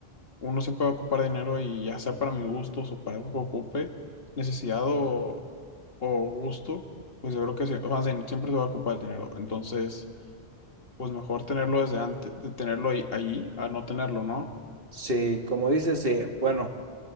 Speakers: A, on the left; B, on the right.
A: uno siempre va a ocupar dinero y ya sea para mis gustos o para algo que ocupe, necesidad o, o gusto, pues yo creo que sí, más bien, siempre se va a ocupar el dinero. Entonces, pues mejor tenerlo desde antes, de tenerlo ahí, ahí a no tenerlo, ¿no?
B: Sí, como dices, eh, bueno.